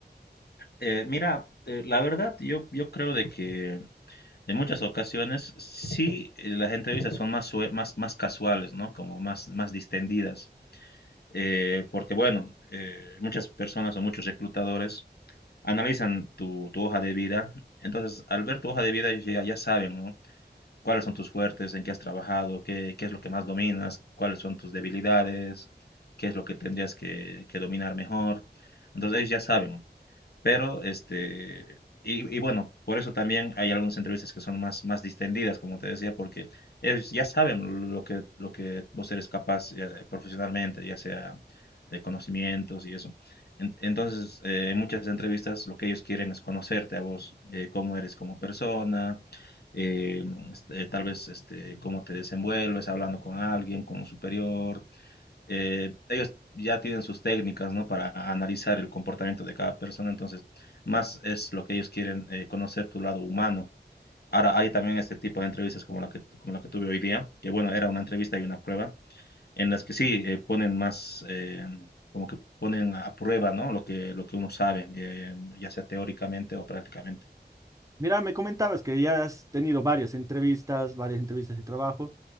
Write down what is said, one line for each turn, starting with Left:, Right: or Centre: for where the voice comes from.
Left: Eh, mira, eh, la verdad yo, yo creo de que en muchas ocasiones sí eh, las entrevistas son más, sue- más, más casuales, ¿no? Como más, más distendidas. Eh, porque bueno, eh, muchas personas o muchos reclutadores analizan tu, tu hoja de vida. Entonces, al ver tu hoja de vida ya, ya saben, ¿no? cuáles son tus fuertes, en qué has trabajado, qué, qué es lo que más dominas, cuáles son tus debilidades, qué es lo que tendrías que, que dominar mejor. Entonces ellos ya saben, pero, este, y, y bueno, por eso también hay algunas entrevistas que son más, más distendidas, como te decía, porque ellos ya saben lo que, lo que vos eres capaz ya, eh, profesionalmente, ya sea eh, conocimientos y eso. En- Entonces, eh, en muchas entrevistas lo que ellos quieren es conocerte a vos, eh, cómo eres como persona, eh, este, tal vez este, cómo te desenvuelves hablando con alguien, con un superior, eh, ellos ya tienen sus técnicas, ¿no? Para analizar el comportamiento de cada persona, entonces más es lo que ellos quieren eh, conocer tu lado humano. Ahora hay también este tipo de entrevistas como la que, como la que tuve hoy día, que bueno, era una entrevista y una prueba, en las que sí eh, ponen más, eh, como que ponen a prueba, ¿no? Lo que, lo que uno sabe, eh, ya sea teóricamente o prácticamente.
Right: Mira, me comentabas que ya has tenido varias entrevistas, varias entrevistas de trabajo.